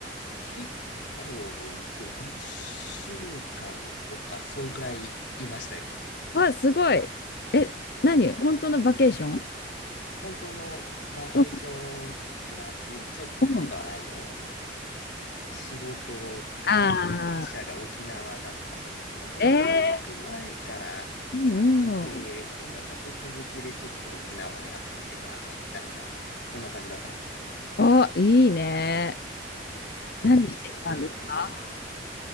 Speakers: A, on the left (about 75°); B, on the left (about 60°).
A: 結構いて、一週間とか、そうくらいいましたよ。
B: わ、すごい。え、何本当のバケーション
A: 本当のバケーション、
B: うん
A: プラスちょっとあの、
B: うん
A: 仕事が、
B: あ
A: 本社が沖縄だったんで、そのゴールデンウィーク前から
B: あ、えー、うんうん。
A: いて、その後続きでちょっと沖縄で遊んでた、みたいな、そんな感じだったんです。
B: お、いいね。
A: そうなんです。
B: 何してきたんですか
A: もう、